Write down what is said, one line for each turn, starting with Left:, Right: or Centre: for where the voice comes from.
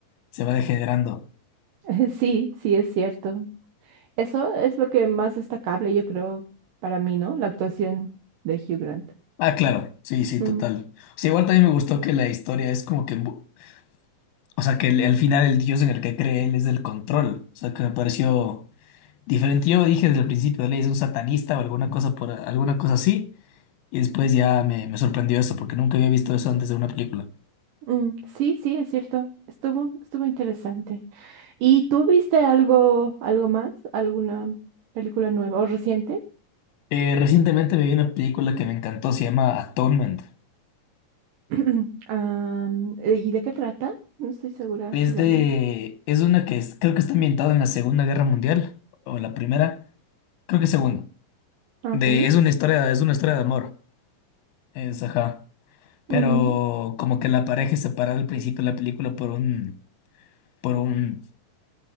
Left: se va degenerando.
Right: <laughs> Sí, sí, es cierto. Eso es lo que más destacable, yo creo, para mí, ¿no? La actuación de Hugh Grant.
Left: Ah, claro, sí, sí,
Right: Mm,
Left: total. O sea, igual también me gustó que la historia es como que, bu- o sea, que el- al final el dios en el que cree él es del control. O sea, que me pareció diferente. Yo dije desde el principio, él es un satanista o alguna cosa por alguna cosa así, y después ya me, me sorprendió eso, porque nunca había visto eso antes de una película.
Right: mm, Sí, sí, es cierto. Estuvo, estuvo interesante. ¿Y tú viste algo, algo más? ¿Alguna película nueva o reciente?
Left: Eh, recientemente me vi una película que me encantó, se llama Atonement.
Right: <clears throat> Am, eh, ¿y de qué trata? No estoy segura
Left: Es
Right: si la
Left: de,
Right: vi.
Left: es una que es- creo que está ambientada en la Segunda Guerra Mundial o la primera, creo que segunda.
Right: Ah,
Left: De,
Right: Ok.
Left: es una historia, es una historia de amor. Es, ajá. Pero
Right: Mm,
Left: como que la pareja es separada al principio de la película por un, por un,